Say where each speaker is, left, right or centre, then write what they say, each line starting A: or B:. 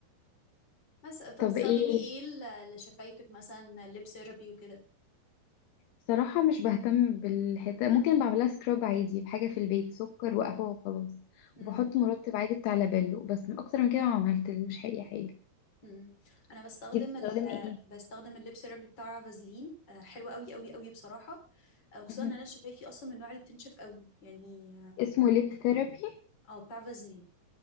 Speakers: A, on the left (about 25°); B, on the left (about 80°).
A: بس طب
B: طب
A: بتستخدميه
B: ايه
A: ايه ل- لشفايفك مثلا ليب سيرابي وكده
B: صراحة مش بهتم بالحتة ممكن بعملها سكراب عادي بحاجة في البيت سكر وقهوة وخلاص
A: امم
B: وبحط مرطب عادي بتاع لابيلو بس من أكتر من كده ما عملتلوش أي حاجة
A: امم انا بستخدم
B: انتي بتستخدمي
A: ال
B: ايه؟
A: بستخدم الليب سيرابي بتاع فازلين آه، حلو قوي قوي قوي بصراحه آه، وخصوصا
B: مهم.
A: ان انا شفايفي اصلا من النوع اللي بتنشف قوي يعني
B: اسمه ليب ثيرابي
A: اه آه، بتاع فازلين